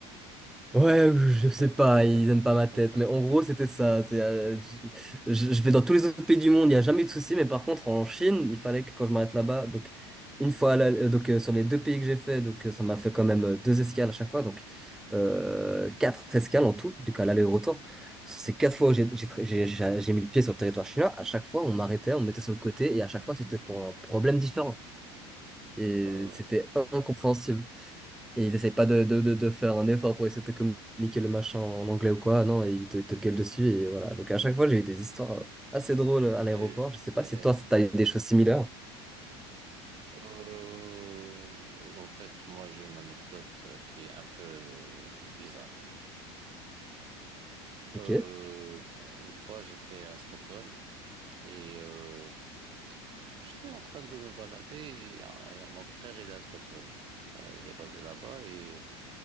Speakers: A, in the centre; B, on the right (about 35°).
A: Ouais, je
B: <laughs>
A: sais pas, ils aiment pas ma tête, mais en gros, c'était ça. C'est, euh, je, je- je vais dans tous les autres pays du monde, il n'y a jamais eu de souci, mais par contre, en Chine, il fallait que quand je m'arrête là-bas, donc une fois, à la- euh, donc euh, sur les deux pays que j'ai fait, donc euh, ça m'a fait quand même euh, deux escales à chaque fois, donc euh, quatre escales en tout, du coup à l'aller et au retour. C'est quatre fois où j'ai j'ai tra- j'ai- j'ai- j'ai mis le pied sur le territoire chinois, à chaque fois, on m'arrêtait, on me mettait sur le côté, et à chaque fois, c'était pour un problème différent, et
B: Euh,
A: c'était incompréhensible. Et ils essaient pas de, de, de, de faire un effort pour essayer de te communiquer le machin en anglais ou quoi. Non, ils te, te gueulent dessus et voilà. Donc à chaque fois, j'ai eu des histoires euh, assez drôles à l'aéroport.
B: et,
A: Je sais pas
B: et-
A: si toi, t'as eu des choses similaires.
B: Euh, en fait, moi, j'ai une anecdote euh, qui est un peu euh, bizarre. Euh,
A: Ok,
B: une fois, j'étais à Stockholm et euh, j'étais en train de me balader et, euh, et euh, mon frère, il est à Stockholm. Euh, Il est basé là-bas et,